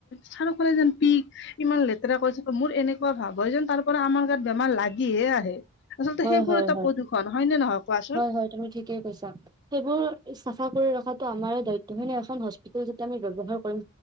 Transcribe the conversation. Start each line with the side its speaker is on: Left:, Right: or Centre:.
Left: চাৰুফালে যেন পিক ইমান লেতেৰা কৰিছে মোৰ এনেকুৱা ভাৱ হয় যেন তাৰ পৰা আমাৰ গাত বেমাৰ লাগিহে আহে আচলতে
Right: হয়
Left: সেইবোৰ
Right: হয়
Left: এটা
Right: হয়
Left: প্ৰদূৰ্ষণ হয়নে নহয় কোৱাচোন
Right: হয় হয় তুমি ঠিকেই কৈছা সেইবোৰ চাফা কৰি ৰখাতটো আমাৰ দায়িত্ব হয় নে এখন হস্পিতেল যেতিয়া আমি ব্যৱহাৰ কৰিম